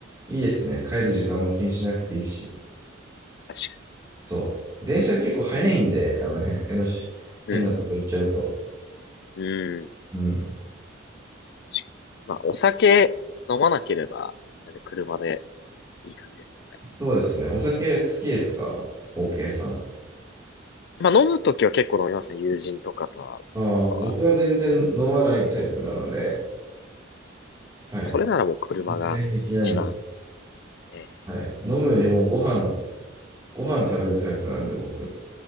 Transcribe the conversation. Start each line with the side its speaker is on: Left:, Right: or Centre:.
Right: いいですね。帰る時間も気にしなくていいし。
Left: な。確か
Right: そう。電車が結構早いんで、あの辺、江のし変なとこ行っちゃうと。
Left: に。うん。うん。
Right: うん。
Left: 確かに。まあ、お酒飲まなければ、車でいい感じですよね。
Right: そうですね。お酒好きですか ?OK さん。
Left: まあ、飲むときは結構飲みますね。友人とかと会うときとかは。
Right: ああ、僕は全然飲まないタイプなので、はい。
Left: それならもう車が一番
Right: 全然平気なんです。
Left: え
Right: はい。飲むよりもご飯、ご飯食べるタイプなんで、僕。